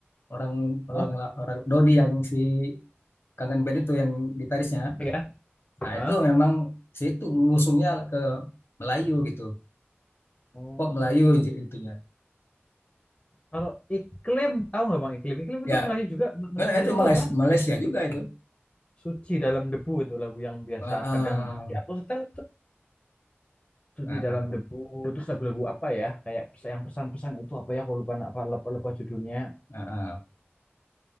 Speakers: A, on the left; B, on the left.
A: orang
B: Hah?
A: orang, orang Dodi yang si Kangen Band itu yang gitarisnya
B: Iya.
A: nah
B: Hah?
A: itu memang si itu ngusungnya ke Melayu gitu
B: Oh.
A: pop Melayu j- itunya
B: Kalau iklim tahu nggak Bang iklim? Iklim itu
A: ya
B: Melayu juga
A: nah,
B: Melayu
A: itu
B: juga
A: Malaysia,
B: kan?
A: Malaysia juga itu
B: Suci dalam debu itu lagu yang biasa
A: Ah, ah,
B: kadang masih aku setel cuci
A: ah,
B: dalam
A: ah,
B: debu terus lagu-lagu apa ya kayak pes- yang pesan-pesan itu apa ya aku lupa na- apa lupa, lupa judulnya
A: ah, ah.